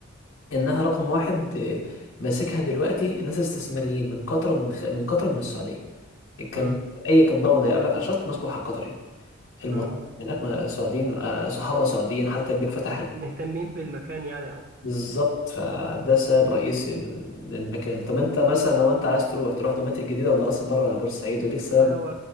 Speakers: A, on the left; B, on the right.
A: انها رقم واحد اه، ماسكها دلوقتي ناس استثماريين من قطر من خ... من قطر من السعوديه الكم...
B: مم.
A: اي كمباوند هيقابلك على الشط ماسكه واحد قطري المطار
B: مم.
A: هناك ما- سعوديين آه، صحابه سعوديين حتى البيك فتح
B: مهت- مهتمين بالمكان يعني أوي
A: بالظبط فده سبب رئيسي للمكان طب انت مثلا لو انت عايز تروح تروح دوماتيك الجديده ولا راس البر ولا بورسعيد وليك سبب
B: والله هو